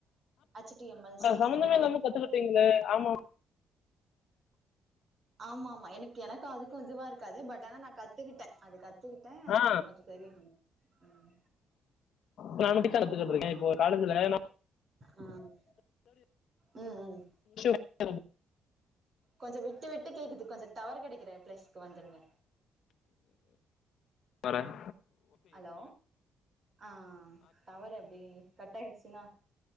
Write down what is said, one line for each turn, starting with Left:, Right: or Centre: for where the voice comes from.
Right: H T M L ஸ்
Left: சம்பந்தமே இல்லாம கத்துக்கிட்டீங்களே ஆமா ஆமா
Right: ஆமா ஆமா எனக் எனக்கும் அதுக்கும் இதுவா இருக்காது பட் ஆனா நா கத்துக்கிட்டேன் அது கத்துக்கிட்டேன்
Left: ஆ
Right: கொஞ்சம் தெரியும்ங்க உம்
Left: நா மட்டும் தான் கத்துகிட்டு இருக்கேன் இப்போ காலேஜ்ல நா
Right: ஆஹ் உம் உம்
Left: <unintelligible>
Right: கொஞ்சம் விட்டு விட்டு கேக்குது கொஞ்சம் டவர் கிடைக்கிற ப்ளேஸ்க்கு வந்துருங்க
Left: வறேன்
Right: ஹலோ ஆஹ் ஆஹ் டவர் எப்படி கட்டாயிடுச்சுனா